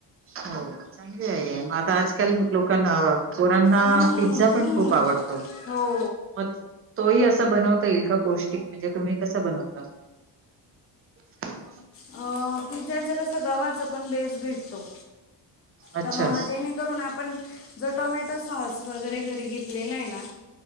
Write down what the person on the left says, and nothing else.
हम्म,
हम्म.
हो
अ पिझ्झाच कसं गव्हाच पण बेस भेटतो.
त्यामुळं जेने करून आपण, जो टोमॅटो सॉस वगैरे घरी घेतलेला आहे ना